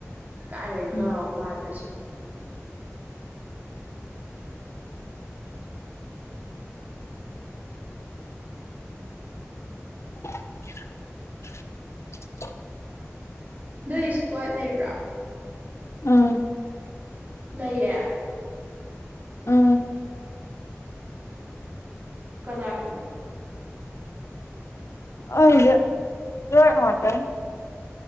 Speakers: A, on the right (about 35°); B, on the left (about 60°).
A: ꯀꯥꯢꯗꯩ
B: ꯎꯝ
A: ꯉꯥ ꯐꯥꯗꯣꯢꯁꯤꯕꯨ
B: <unintelligible> <inaudible>
A: ꯅꯣꯏ ꯏꯁꯀ꯭ꯋꯥꯠ ꯂꯩꯕ꯭ꯔꯥ
B: ꯎꯝ
A: ꯂꯩꯌꯦ
B: ꯎꯝ
A: ꯀꯅꯥ ꯀꯅꯥ
B: ꯑꯩꯒꯥ ꯇꯣꯏ ꯉꯥꯇꯥꯡ